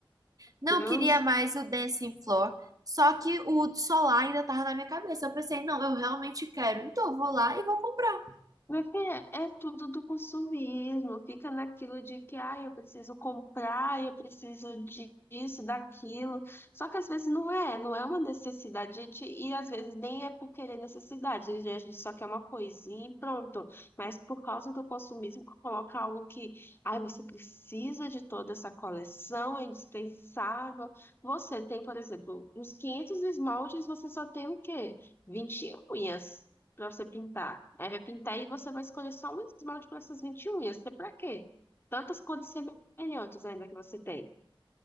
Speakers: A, on the right; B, on the left.
A: Não
B: Deus
A: queria mais o Dancing Floor. Só que o solar ainda tava na minha cabeça. Eu pensei, não, eu realmente quero. Então eu vou lá e vou comprar.
B: Minha filha, é tudo do consumismo, fica naquilo de que ah, eu preciso comprar, eu preciso de- disso, daquilo. Só que às vezes não é, não é uma necessidade, a gente, e às vezes nem é por querer necessidade, né? a gente só quer uma coisinha e pronto. Mas por causa do consumismo, coloca algo que ah, você precisa de toda essa coleção, é indispensável. Você tem, por exemplo, uns 500 esmaltes, você só tem o quê? vinte unhas pra você pintar. Aí vai pintar e você vai escolher só um esmalte para essas 21 unhas. Até pra quê? Tantas cores semelhantes ainda que você tem.